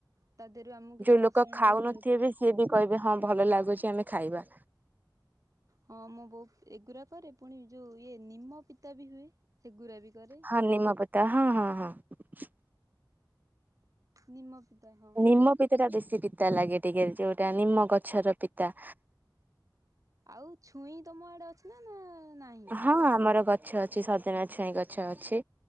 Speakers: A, on the right; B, on the right.
A: ତା ଦେହରୁ ଆମକୁ କିଛି
B: ଯୋଉ
A: ପୋଷଣ
B: ଲୋକ ଖାଉନଥିବେ
A: ବି ମିଳୁଥିବ।
B: ବି ସିଏ ବି କହିବେ ହଁ ଭଲ ଲାଗୁଛି। ଆମେ ଖାଇବା।
A: ହଁ ମୁଁ ବହୁତ ଏଗୁରା କରେ ପୁଣି ଯୋଉ ଇଏ ନିମ ପିତା ବି ହୁଏ ସେଗୁରା ବି କରେ।
B: ହଁ ନିମ ପିତା ହଁ ହଁ ହଁ।
A: ନିମ ପିତା ହଁ
B: ନିମ ପିିତାଟା ବେଶୀ ପିତ୍ ପିତା ଲାଗେ ଟିକେ ଯୋଉଟା ନିମ ଗଛର ପିତା
A: ଆଉ ଛୁଇଁ ତମ ଆଡେ ଅଛିନା ନା ନାହିଁ?
B: ହଁଅଅ ଆମର ଗ ଗଛ ଅଛି ସଜନା ଛୁଇଁ ଗଛ ଅଛି,